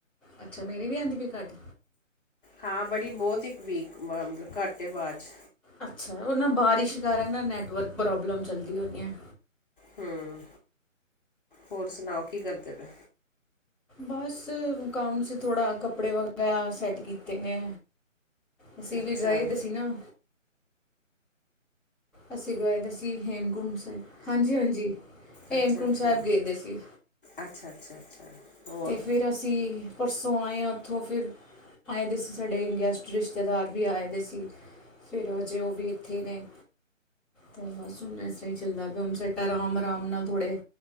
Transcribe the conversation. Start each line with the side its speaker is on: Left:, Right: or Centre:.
Centre: ਅੱਛਾ ਮੇਰੇ ਵੀ ਆਉਂਦੀ ਪਈ ਘੱਟ
Left: ਹਾਂ ਬੜੀ ਬਹੁਤ ਹੀ ਵੀਕ, ਮਤਲਬ ਘੱਟ ਆਵਾਜ਼ 'ਚ
Centre: ਅੱਛਾ, ਉਹ ਨਾ ਬਾਰਿਸ਼ ਕਾਰਨ ਨਾ ਨੈੱਟਵਰਕ ਪ੍ਰੋਬਲਮ ਚੱਲਦੀ ਹੋਣੀ ਹੈ
Left: ਹਮ, ਹੋਰ ਸੁਣਾਓ ਕੀ ਕਰਦੇ ਪਏ
Centre: ਬਸ ਮੁ ਕੰਮ ਸੀ ਥੋੜ੍ਹਾ ਕੱਪੜੇ ਵਗੈਰਾ ਸੈਟ ਕੀਤੇ ਨੇ ਅਸੀਂ
Left: ਅੱਛਾ
Centre: ਵੀ ਗਏ ਤੇ ਸੀ ਨਾ ਅਸੀਂ ਗਏ ਤੇ ਸੀ ਹੇਮਕੁੰਟ ਸਾਹਿਬ ਹਾਂਜੀ, ਹਾਂਜੀ ਹੇਮਕੁੰਟ
Left: ਅੱਛਾ, ਅੱਛਾ,
Centre: ਸਾਹਿਬ ਗਏ ਦੇ ਸੀ
Left: ਅੱਛਾ, ਅੱਛਾ, ਅੱਛਾ ਹੋਰ
Centre: ਤੇ ਫਿਰ ਅਸੀਂ, ਪਰਸੋਂ ਆਏ ਹਾਂ ਉੱਥੋਂ ਫਿਰ ਆਏ ਦੇ ਸੀ ਸਾਡੇ ਗੈਸਟ ਰਿਸ਼ਤੇਦਾਰ ਵੀ ਆਏ ਦੇ ਸੀ ਫਿਰ ਅਜੇ ਉਹ ਵੀ ਇੱਥੇ ਨੇ, ਤੇ ਬਸ ਚੱਲਦਾ ਪਿਆ ਹੁਣ ਸਵਟ ਅਰਾਮ ਆਰਾਮ ਨਾਲ ਥੋੜੇ